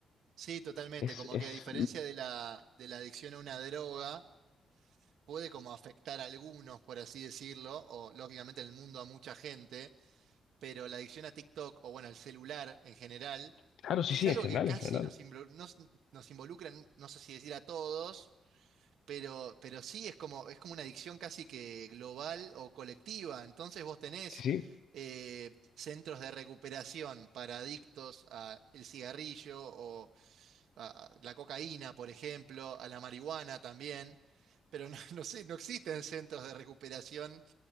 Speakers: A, on the right; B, on the left.
A: Sí, totalmente.
B: Es,
A: Como
B: es,
A: que a diferencia de la, de la adicción a una droga, puede como afectar a algunos, por así decirlo, o lógicamente en el mundo a mucha gente, pero la adicción a TikTok o bueno, al celular en general
B: claro, sí,
A: es
B: sí,
A: algo
B: en general,
A: que casi
B: en general.
A: nos, imbro- nos, nos involucra, n- no sé si decir a todos, pero, pero sí es como, es como una adicción casi que global o colectiva. Entonces vos tenés
B: Sí, sí.
A: eh, centros de recuperación para adictos al cigarrillo o a a la cocaína, por ejemplo, a la marihuana también. Pero no, <laughs> no sé, no existen centros de recuperación